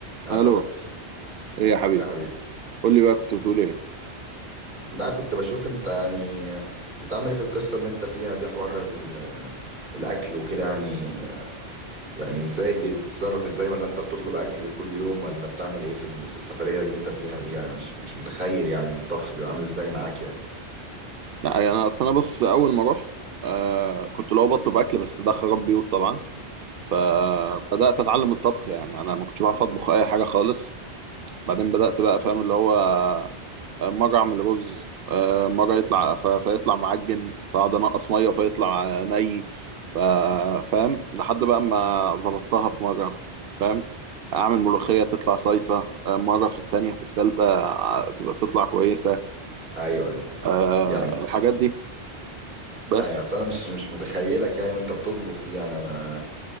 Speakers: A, on the right; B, on the right.
A: يا
B: الو
A: طفطف
B: ايه يا حبيبي
A: يا حبيبي
B: قول لي بقى كنت بتقول ايه
A: لا كنت بشوف انت يعني بتعمل ايه في القصة اللي انت فيها دي حوار ال- الاكل وكده يعني يعني ازاي بتتصرف ازاي ولا انت بتطلب اكل كل يوم ولا بتعمل ايه في ال- في السفرية اللي انت فيها دي يعني مش مش متخيل يعني الطبخ بيبقى عامل ازاي معاك يعني
B: لا يعني انا اصل انا بص اول ما رحت آه كنت لو بطلب اكل بس ده خراب بيوت طبعا فبدات اتعلم الطبخ يعني انا ما كنتش بعرف اطبخ اي حاجه خالص بعدين بدات بقى فاهم اللي هو آه، مره اعمل رز آه، مره يطلع ف- فيطلع معجن فاقعد انقص ميه فيطلع ني ف- فاهم لحد بقى ما ظبطتها في مره فاهم اعمل ملوخيه تطلع صيصه آه، مره في التانية في التالتة آه، تبقى تطلع كويسه
A: ايوه ايوه
B: آه
A: يعني
B: الحاجات دي بس
A: يعني اصل انا مش مش متخيلك يعني وانت بتطبخ دي يعني انا